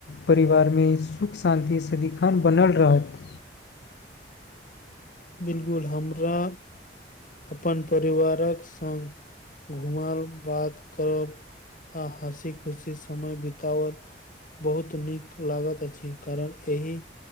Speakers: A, on the left; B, on the left.
A: परिवार मे सुख शान्ति सदिखन बनल रहत।
B: बिल्कूल हमरा अपन परिवार कऽ संग घुम बात करब हँसी खुशी समय बीतावल बहुत नीक लागत अछि कारण एहि।